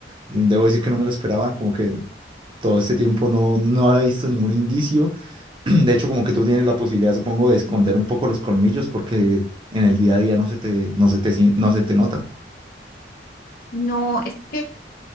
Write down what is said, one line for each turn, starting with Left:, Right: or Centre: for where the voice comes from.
Right: Debo decir que no me lo esperaba, como que todo este tiempo no, no había visto ningún indicio. <clears throat> De hecho, como que tú tienes la posibilidad, supongo, de esconder un poco los colmillos porque en el día a día no se te, no se te, sien- no se te nota.
Left: no, es que